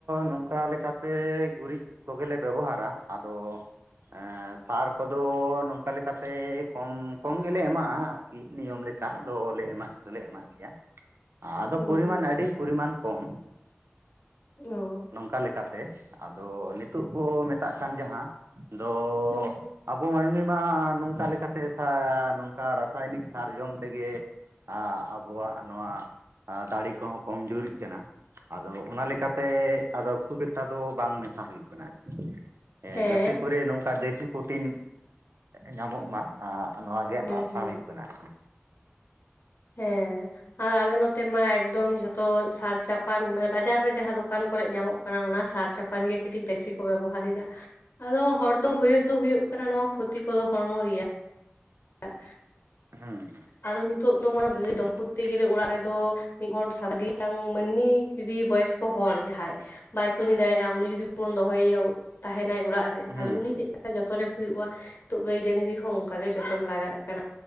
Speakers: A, on the right (about 70°); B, on the left (about 55°).
A: ᱱᱚᱝᱠᱟ ᱞᱮᱠᱟ ᱛᱮ ᱜᱩᱨᱤᱡ ᱠᱚ ᱜᱮ ᱞᱮ ᱵᱮᱵᱚᱦᱟᱨᱟ ᱟᱫᱚ ᱮᱸ ᱥᱟᱨ ᱠᱚ ᱫᱚ ᱱᱚᱝᱠᱟ ᱞᱮᱠᱟ ᱛᱮ ᱠᱚᱢ ᱠᱚᱢ ᱜᱮ ᱞᱮ ᱮᱢᱟᱜ-ᱟ᱾ ᱢᱤᱫ ᱱᱤᱭᱚᱢ ᱞᱮᱠᱟ ᱫᱚ ᱞᱮ ᱮᱢᱟᱜ ᱫᱚᱞᱮ ᱮᱢᱟᱜ ᱜᱮᱭᱟ ᱟᱫᱚ
B: ᱦᱩᱸ
A: ᱯᱚᱨᱤᱢᱟᱱ
B: ᱦᱩᱸ
A: ᱟᱹᱰᱤ ᱯᱚᱨᱤᱢᱟᱱ ᱠᱚᱢ
B: ᱚ
A: ᱱᱚᱝᱠᱟ ᱞᱮᱠᱟ ᱛᱮ ᱟᱫᱚ ᱱᱤᱛᱚᱜ ᱠᱚ ᱢᱮᱛᱟᱜ ᱠᱟᱱ ᱡᱟᱦᱟᱸ ᱞᱚ
B: ᱦᱩᱸ
A: ᱟᱵᱚ ᱢᱟᱹᱱᱢᱤ ᱢᱟ ᱱᱚᱝᱠᱟ ᱞᱮᱠᱟ ᱛᱮ ᱥᱟ ᱱᱚᱝᱠᱟ ᱨᱟᱥᱟᱭᱚᱱᱤᱠ ᱥᱟᱨᱡᱚᱢ ᱛᱮ ᱜᱮ ᱟ ᱟᱵᱚᱣᱟᱜ ᱱᱚᱣᱟ ᱫᱟᱲᱮ ᱠᱚ ᱦᱚᱸ ᱠᱚᱢᱡᱩᱨᱤᱜ ᱠᱟᱱᱟ ᱟᱫᱚ ᱚᱱᱟ ᱞᱮᱠᱟ ᱛᱮ ᱟᱫᱚ ᱠᱷᱩᱵ ᱮᱠᱴᱟ ᱫᱚ ᱵᱟᱝ ᱢᱮᱥᱟ ᱦᱩᱭᱩᱜ ᱠᱟᱱᱟ ᱟᱨᱠᱤ
B: ᱦᱮᱸ
A: ᱜᱟᱛᱮ ᱠᱚᱨᱮ ᱱᱚᱝᱠᱟ ᱫᱮᱥᱤ ᱯᱨᱚᱴᱤᱱ ᱧᱟᱢᱚᱜ ᱢᱟ ᱟ ᱱᱚᱣᱟ ᱜᱮ
B: ᱦᱩᱸ
A: ᱟᱥᱟ
B: ᱦᱩᱸ
A: ᱦᱩᱭᱩᱜ ᱠᱟᱱᱟ ᱟᱨᱠᱤ
B: ᱦᱮᱸ ᱟᱨ ᱟᱞᱮ ᱱᱚᱛᱮ ᱢᱟ ᱮᱠᱫᱚᱢ ᱡᱚᱛᱚ ᱥᱟᱨ ᱪᱷᱟᱯᱟᱱ ᱢᱟᱱᱮ ᱵᱟᱡᱟᱨ ᱨᱮ ᱡᱟᱦᱟᱸ ᱫᱚᱠᱟᱱ ᱠᱚᱨᱮᱜ ᱧᱟᱢᱚᱜ ᱚᱱᱟ ᱥᱟᱨ ᱪᱷᱟᱯᱟᱱ ᱜᱮ ᱠᱟᱹᱴᱤᱡ ᱵᱮᱥᱤ ᱠᱚ ᱵᱮᱵᱚᱦᱟᱨ ᱮᱫᱟ᱾ ᱟᱫᱚ ᱦᱚᱲ ᱫᱚ ᱦᱩᱭᱩᱜ ᱫᱚ ᱦᱩᱭᱩᱜ ᱠᱟᱱᱟ ᱱᱚᱣᱟ ᱠᱷᱩᱛᱤ ᱠᱚ ᱫᱚ ᱦᱚᱲᱢᱚ ᱨᱮᱭᱟᱜ <inaudible>
A: ᱦᱩᱸ ᱦᱩᱸ
B: ᱟᱫᱚ ᱱᱤᱛᱚᱜ ᱫᱚ ᱱᱚᱣᱟ ᱨᱮ
A: ᱴᱷᱤᱠ
B: ᱫᱚ ᱠᱷᱩᱫᱽ
A: ᱴᱷᱤᱠ
B: ᱛᱮᱜᱮ ᱚᱲᱟᱜ ᱨᱮ ᱫᱚ ᱢᱤᱫ ᱦᱚᱲ ᱥᱟᱨᱫᱤ ᱴᱟᱝ ᱢᱟᱹᱱᱢᱤ ᱡᱩᱫᱤ ᱵᱚᱭᱚᱥ ᱠᱚ ᱦᱚᱲ ᱡᱟᱦᱟᱸᱭ ᱵᱟᱭ ᱠᱟᱹᱢᱤ ᱫᱟᱲᱮᱭᱟᱜ-ᱟ ᱩᱱᱤ ᱡᱩᱫᱤ ᱵᱚᱱ ᱫᱚᱦᱚᱭᱮᱭᱟ ᱛᱟᱦᱮᱱᱟᱭ ᱚᱲᱟᱜ ᱨᱮ ᱛᱟᱦᱚᱞᱮ
A: ᱦᱩᱸ
B: ᱩᱱᱤ
A: ᱦᱩᱸ
B: ᱪᱮᱫ ᱠᱟ ᱡᱚᱛᱚᱱᱮ ᱦᱩᱭᱩᱜ-ᱟ ᱛᱚ ᱜᱟᱹᱭ ᱰᱟᱹᱝᱨᱤ ᱦᱚᱸ ᱚᱱᱠᱟ ᱜᱮ ᱡᱚᱛᱚᱱ ᱞᱟᱜᱟᱜ ᱠᱟᱱᱟ